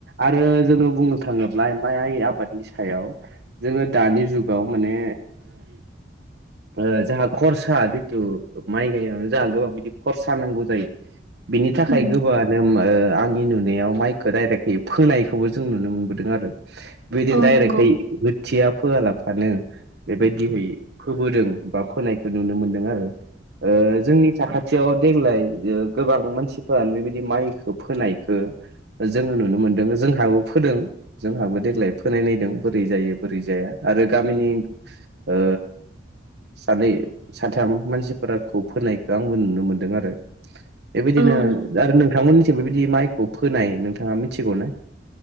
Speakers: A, on the right; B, on the right.
A: आरो जोङो बुंनो थाङोब्ला माइ आबादनि सायाव जोङो दानि जुगाव माने
B: <inaudible>
A: ओ जोंहा खरसा जिथु माइ गायिआवनो जोंहा गोबां बिदि खरसा नांगौ जायो। बिनि थाखाय
B: उम
A: <unintelligible> ओ आंनि नुनायाव माइखौ डाइरेक्टयै फोनायखौबो जों नुनो मोनबोदों आरो। बेदि
B: औ
A: डाइरेक्टयै
B: नंगौ
A: थिया फोआलाफानो बेबायदिहै फोबोदों बा फोनायखौ नुनो मोनदों आरो। ओ जोंनि साखाथियाव देग्लाय ओ गोबां मानसि - फोरानो बेबायदि माइखौ फोनायखौ जोङो नुनो मोनदों जोंहाबो फोदों जोंहाबो - देग्लाय फोनाय नायदों बोरै जायो बोरै जाया आरो गामिनि ओ सानै साथाम मानसिफोराखौ फोनायखौ आंबो नुनो मोनदों आरो बेबायदिनो
B: औ
A: नोंथांमोननिथिंबो बेबायदि माइखौ फोनाय नोंथाङा मिथिगौ ना?